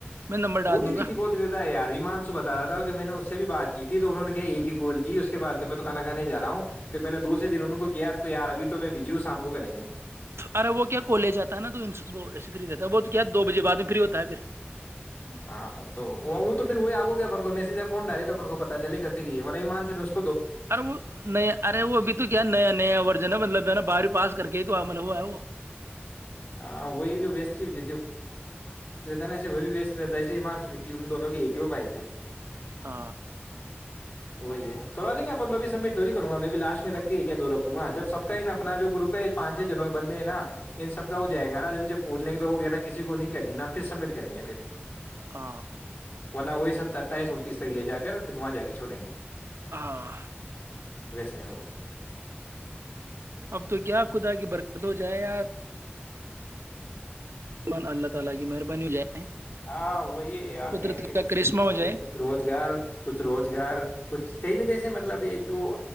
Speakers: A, on the right; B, on the left.
A: میں نمبر ڈال
B: وہ بھی
A: دوں
B: بجی
A: گا
B: بولت رہتا یار مانسو بتا رہا تھا کہ میں نے اس سے بھی بات کی تھی تو انہوں نے کیا ایک ہی گول کی اس کے بد میں تو کانا کھانے جا ہوں پھر میں نے دوسے دن ان کو کیا آپ کو یار ابھی تو میں بجی ہ شام کو کریں گے
A: ارے وہ کیا کالج آتا ہے نا تو ایسے فری رہتا ہے وہ کیا دو بجے بع میں فری ہوتا ہے پھر
B: ہاں تو وہ وہ تو پھر وہ آگو گیا اپن کو میسج یا فون ڈالے تو کو پتا چے گا پھر یہ مان <unintelligible>
A: ارے وہ نیا ارے وہ ابھی تو کیا نیا نیا ورژن ہے مطلب جو ہے نا بارو پس کر کے کہ تو عمل ہو ہے وہ
B: ہاں وہی جو وست رہتا نے بھی وست رہتا ہے ایے ہی مان س کہ ان دونوں کی یہ پائے تھے
A: ہ
B: وہی ہے کروا دیں گے اپن توبھی سبمٹ تھڑی کروں گا میں بھی لاسٹ میں رکھ کے دو رکھوں گا جب سب کا اپنا جو گروپ ہے پانچ چھ جن بندے ہیں نا ان سب کا وہ
A: ہ
B: جائے گا نا ج سے اوچ لیں گے ب ہو گیا نا کسی کو نہیں کرنی نا پھر سبمٹ کریں گے پھر
A: ہ
B: وہی س اٹھائیس انتیس تک لے جا کرھر وہاں جا کے چھوڑیں گے
A: ہاں
B: ویسے ہی وہ
A: اب تو کیا خدا کی برکت ہو مل جائے اللہ تعالی کی مہربانی <unintelligible>
B: ہاں وہی یار
A: قدرت
B: کہیں نہ کہ
A: کا کرشمہ
B: جو
A: ہو جائے
B: بھی کچھ روزگار کچھ روزگار کچھ کہیں نہ کہسے مطلب یہ کہ وہ